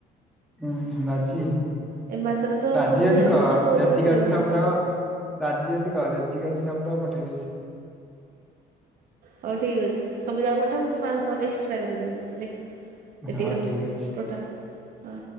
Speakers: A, in the centre; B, on the right.
A: ହୁଁ ରାଜି
B: ଏ ମାସରେ ତ
A: ରାଜି
B: ସବୁ
A: ଅଧିକ
B: ଯାକ ଖର୍ଚ୍ଚ ତୋରି
A: ଯେତିକି
B: ପଛରେ
A: ଅଛି
B: ଗଲା।
A: ସବୁତକ। ରାଜି ଯଦି କହ ଯେତିକି ଅଛି ସବୁତକ ପଠେଇଦେବି।
B: ହଉ ଠିକ୍ ଅଛି ସବୁ ଯାକ ପଠା ମୁଁ ପାଞ୍ଚଶ ଏକ୍ସଟ୍ରା କରିଦେବି ଦେ। ଏତିକି
A: ହଁ
B: ରଖିଛୁ
A: ଠିକ ଅଛି
B: ଟୋଟାଲ ହଁ